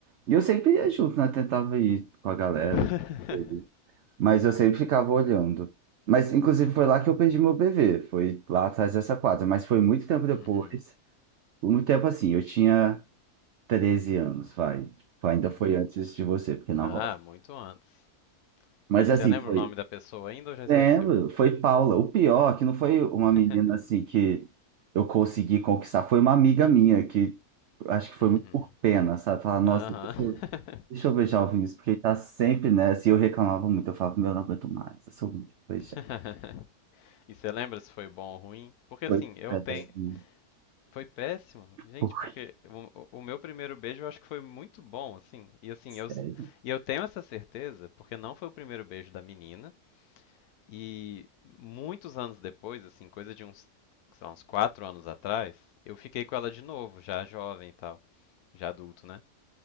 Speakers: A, on the right; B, on the left.
A: E eu sempre ia junto, né? Tentava ir com a galera.
B: <laughs>
A: tudo. Mas eu sempre ficava olhando. Mas, inclusive, foi lá que eu perdi meu bebê. Foi lá atrás dessa quadra. Mas foi muito tempo depois.
B: Uhum,
A: Muito tempo assim. Eu tinha. 13 anos, vai. Tipo, Ainda
B: uhum.
A: foi antes de você, porque na
B: Ah,
A: roça.
B: muito antes.
A: Mas
B: E
A: assim,
B: você lembra
A: foi.
B: o nome da pessoa ainda ou já esqueceu?
A: Lembro, foi Paula. O pior é que não foi uma
B: <laughs>
A: menina assim que eu consegui conquistar, foi uma amiga minha que acho que foi
B: Uhum.
A: muito por pena, sabe? Falar, nossa,
B: Aham.
A: deixa eu,
B: <laughs>
A: deixa eu beijar o Vinícius, porque ele tá sempre nessa. E eu reclamava muito, eu falava, meu, eu não aguento mais, eu sou muito beijar.
B: <laughs> E você lembra se foi bom ou ruim? Porque assim,
A: Foi
B: eu tenho.
A: péssimo.
B: Foi péssimo, gente,
A: Foi.
B: porque o, o meu primeiro beijo eu acho que foi muito bom, assim. E assim,
A: Sério.
B: eu, e eu tenho essa certeza, porque não foi o primeiro beijo da menina. E muitos anos depois, assim, coisa de uns, sei lá, uns quatro anos atrás, eu fiquei com ela de novo, já jovem e tal. Já adulto, né?